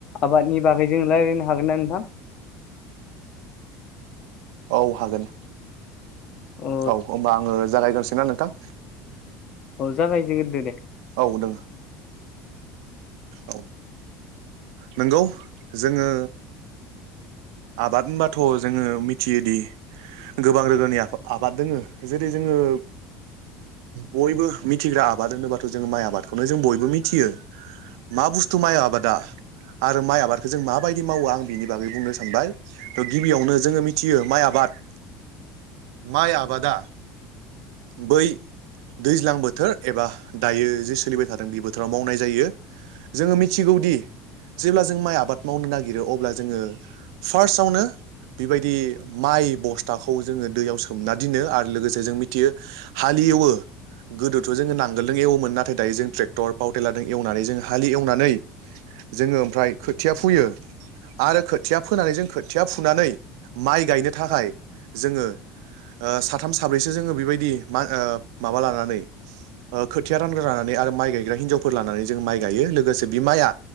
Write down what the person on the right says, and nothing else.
औ हागोन।
औ होमबा आङो जागायग्रसै ना नोंथां।
औ दोङो। औ नोंगौ जोङो आबाद होनबाथ' जोङो मिथियोदि गोबां रोखोमनि आबाद दोङो जेरै जोङो बयबो मिथिग्रा आबाद होनोबाथ' जों माइ आबादखौनो जों बयबो मिथियो। मा बुस्थु माइ आबादा आरो माइ आबादखौ जों माबायदि मावो आं बिनि बागै बुंनो सा सानबाय थ' गिबियावनो जोङो मिथियो माइ आबाद माइ आबादा बै दैज्लां बोथोर एबा दायो जे सोलिबाय थादों बे बोथोराव मावनाय जायो। जोङो मिथिगौदि जेब्ला जों माइ आबाद मावनो नागिरो अब्ला जोङो फार्स्टआवनो बेबायदि माइ बस्थाखौ जोङो दैयाव सोमना दोननो आरो लोगोसे जों मि थियो हाली एवो। गोदोथ' जोङो नांगोलजों एवोमोन नाथाय दायो जों ट्रेक्टर पावटेलारजों एवनानै जोंङ हालि एवनानै जोङो ओमफ्राय खोथिया फुयो। आरो खोथिया फोनानै जों खोथिया फुनानै माइ गायनो थाखाय जोङो ओ साथाम साब्रैसो जोङो बेबायदि मा ओ माबा लानानै ओ खोथिया रानग्रा लानानै आरो माइ गायग्रा हिन्जावफोर लानानै जों माइ गायो लोगोसे बि माइआ